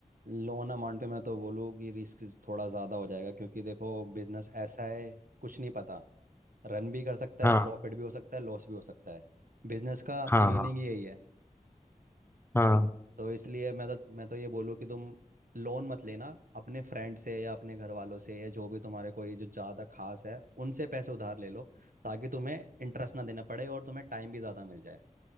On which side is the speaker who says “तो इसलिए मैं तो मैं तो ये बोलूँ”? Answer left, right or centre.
Right